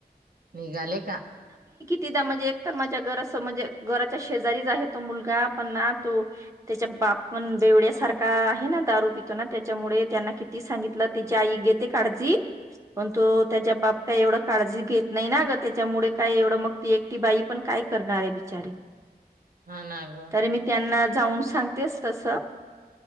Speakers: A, on the right (about 60°); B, on the right (about 20°).
A: निघाले का?
B: तिदा म्हणजे एक तर माझ्या घरास म्हणजे घराच्या शेजारीच आहे तो मुलगा, पण ना तो त्याच्या बाप मण बेवड्यासारखा आहे ना दारू पितो ना त्याच्यामुळे, त्यांना किती सांगितलं तेची आई घेते काडजी
A: <inaudible>
B: पण तु त्याच्या बाप काही एवढं काळजी घेत नाही ना, ग त्याच्यामुळे काय एवढं मग ती एकटी बाई पण काय करणार आहे बिचारी
A: हा ना ग
B: तरी मी त्यांना जाऊन सांगतेच तस